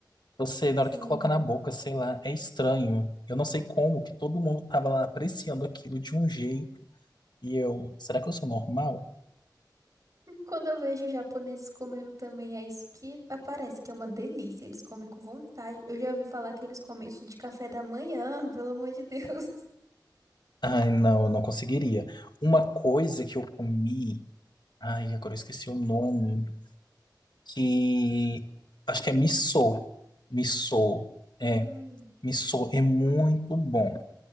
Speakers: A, on the left; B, on the right.
A: Eu sei, da
B: sim.
A: hora que coloca na boca, sei lá, é estranho. Eu não sei como que todo mundo tava lá apreciando aquilo de um jeito e eu, será que eu sou normal?
B: Quando eu vejo japoneses comendo também, é isso que aparece, que é uma delícia. Eles comem com vontade. Eu já ouvi falar que eles comem isso de café da manhã, <laughs> pelo amor de Deus.
A: Ai, não, eu não conseguiria. Uma coisa que eu comi, ai, agora eu esqueci o nome, que acho que é missô. Missô, é,
B: Hum,
A: missô é muito bom.